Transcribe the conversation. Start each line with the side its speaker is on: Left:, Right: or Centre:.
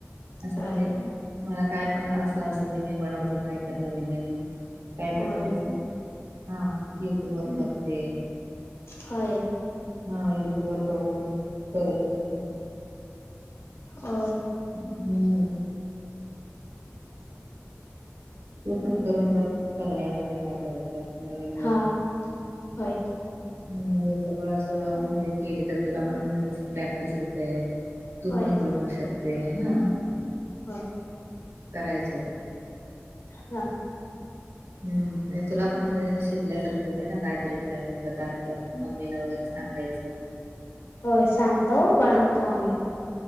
Right: असं
Left: होय
Right: म्हणजे मला काय पण असं असं ते मी बनवते काय तर नवीन नवीन काय
Left: होय
Right: तर म्हणजे असं हा युट्यूब ववर बघते
Left: हो
Right: हा युट्यूब वर बघून करत असते
Left: अ
Right: हम्म तू पण करून बघ सगळ्या माे माझ्या वैरे असं नवीन नवीन
Left: हा होय
Right: म्हणजे सगळं असं म्हणजे केली तर तुला पण म्हणजे प्रॅक्टिस होतय तू
Left: होय
Right: पण बनवू शकते हा
Left: होय
Right: करायचं
Left: हा
Right: हम्म तुला पण म्हणजे शिकल्यासारखं होते ना, काहीतरी नवीन पदार्थ मम्मीला वगैरे स सांगायचं.
Left: होय सांगतो बनवतो आम्ही पण.